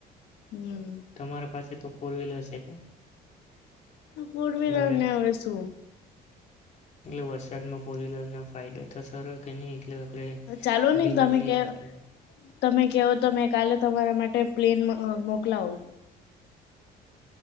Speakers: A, on the left; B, on the left.
A: હમ
B: તમારા પાસે તો ફોર વ્હીલર શે કે
A: કોર વ્હીલર
B: ઘરે
A: ને હવે સુ
B: એટલે વરસાદમાં ફોર વ્હીલરના ફાયદા તો સર કે નહી મતલબ આપડે
A: ચાલો નહી
B: ભીનઈ
A: તમે
B: નહીં
A: કે
B: શકેે
A: તમે કહો તો મે કાલે તમારા માટે પ્લેન મોકલાવુ